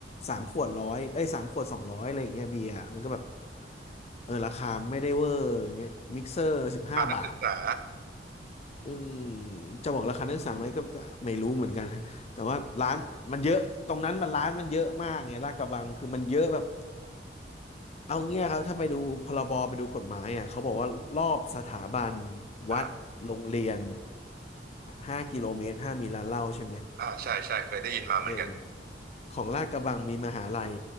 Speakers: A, on the left; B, on the right.
A: สามขวดร้อยเอ้ยสามขวดสองร้อยอะไรอย่างเงี้ยเบียร์มันก็แบบเออราคาไม่ได้เวอร์อย่างเงี้ยมิกเซอร์สิบห้าบาท
B: พานักศึกษา
A: อืมจะบอกราคานักศึกษาไหมก็ก็ไม่รู้เหมือนกัน <laughs> แต่ว่าร้านมันเยอะตรงนั้นมันร้านมันเยอะมากไงลาดกระบังคือมันเยอะแบบเอาเงี้ยครับถ้าไปดูพรบไปดูกฎหมายอ่ะเขาบอกว่ารอบสถาบัน
B: อ่า
A: วัดโรงเรียนห้ากิโลเมตรห้ามมีร้านเหล้าใช่ไหม
B: อ่าใช่ใช่เคยได้ยินมาเหมือนกัน
A: เออ ของลาดกระบังมีมหาลัย